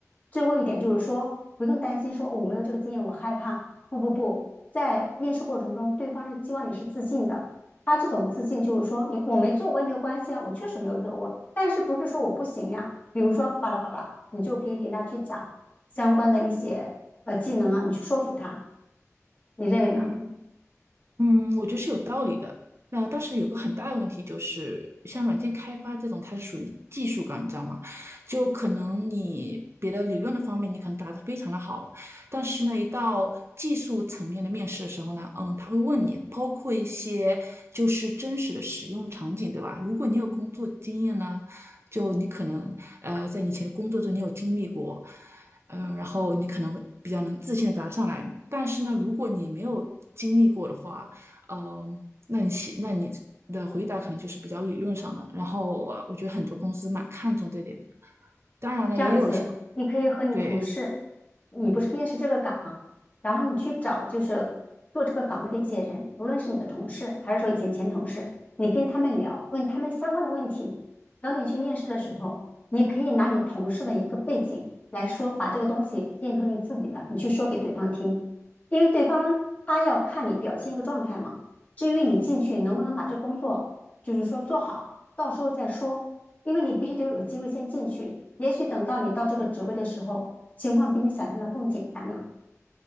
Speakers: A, on the left (about 30°); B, on the right (about 50°).
A: 最后一点就是说，不用担心说、哦我没有这个经验，我害怕。不不不，在面试过程中，对方是希望你是自信的。他这种自信就是说，你我没做我也没有关系啊，我确实没有做过，但是不是说我不行呀？比如说巴拉巴拉，你就可以给他去讲相关的一些呃技能啊，你去说服他，你认为呢？
B: 嗯。嗯，我觉得是有道理的。那当时有个很大的问题就是，像软件开发这种，它是属于技术岗，你知道吗？就可能你别的理论的方面，你可能答得非常的好，但是呢，一到技术层面的面试的时候呢，嗯，他会问你，包括一些就是真实的使用场景，对吧？如果你有工作经验呢，就你可能呃，在你以前的工作中你有经历过，嗯，呃然后你可能会比较能自信的答上来。但是呢，如果你没有经历过的话，嗯，那你写，那你的回答可能就是比较理论上的。然后我我觉得很多公司蛮看重这点的。当然了，
A: 这样子，
B: 也有
A: 你可以和你同事，
B: 对，
A: 你不是面试这个岗嘛，然后你去找就是做这个岗位的一些人，无论是你的同事还是说以前前同事，你跟他们聊，问他们相关的问题。等你去面试的时候，你可以拿你同事的一个背景来说，把这个东西变成你自己的，你去说给对方听，因为对方他要看你表现一个状态嘛。至于你进去能不能把这工作，就是说做好，到时候再说，因为你必须得有个机会先进去。也许等到你到这个职位的时候，情况比你想象的更简单了，